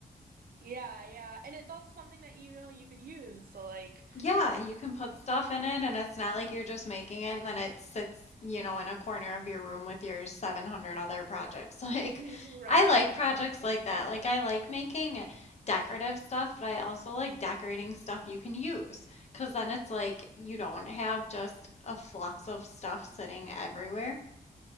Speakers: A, on the right; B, on the left.
A: Yeah, yeah. And it's also something that you know you could use. So like
B: Yeah, you can put stuff in it, and it's not like you're just making it and then it sits, you know, in a corner of your room with your 700 other projects. <laughs> Like,
A: <laughs> right,
B: I like
A: exactly.
B: projects like that. Like, I like making decorative stuff, but I also like decorating stuff you can use because then it's like you don't have just a flux of stuff sitting everywhere.